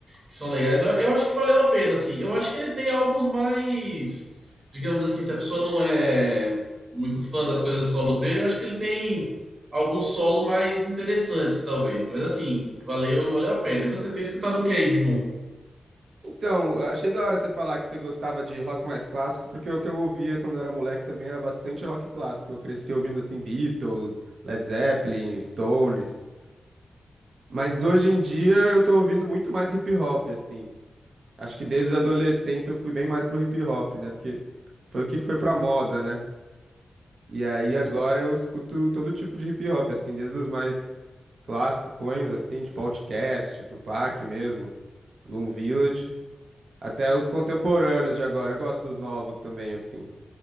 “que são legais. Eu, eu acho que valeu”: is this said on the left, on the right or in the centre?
Right